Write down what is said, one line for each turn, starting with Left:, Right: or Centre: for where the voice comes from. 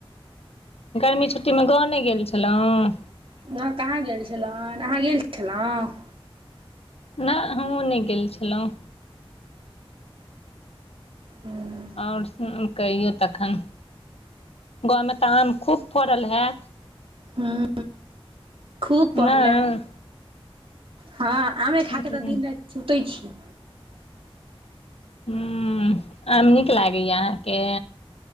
Left: गर्मी छुट्टीमे गाँव नय गेल छलहुँ
Right: ना कहाँ गेल छलहुँ अहाँ गेल छलहुँ
Left: नहि हमहुँ नहि गेल छलहुँ
Right: हूँ
Left: ओर कहियौ तखन गाँवमे तऽ आम खूब फड़ल हैत
Right: हूँ खूब पड़लै
Left: नहि
Right: हँ आमे खाक
Left: हूँ
Right: तऽ दिन राति सुतै छी
Left: हुं आम नीक लागैया अहाँके